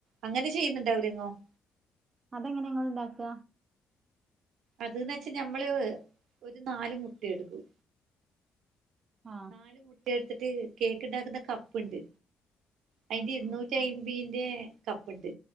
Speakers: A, on the right (about 80°); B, on the right (about 40°).
A: അങ്ങനെ ചെയ്യുന്നുണ്ട അവര് ഇങ്ങ് -
B: അതെങ്ങനെ ഇങ്ങൾ ഇണ്ടാക്ക?
A: അതന്ന് വെച്ചാ ഞമ്മള് ഒരു നാല് മുട്ട എടുക്കും.
B: ആഹ്
A: നാല് മുട്ട എടുത്തിട്ട് കേക്ക് ബണ്ടാക്കുന്ന കപ്പുണ്ട് അതിന്റെ
B: ഉം
A: ഇരുന്നൂറ്റി
B: ഉം
A: അമ്പിന്റെ കപ്പുണ്ട്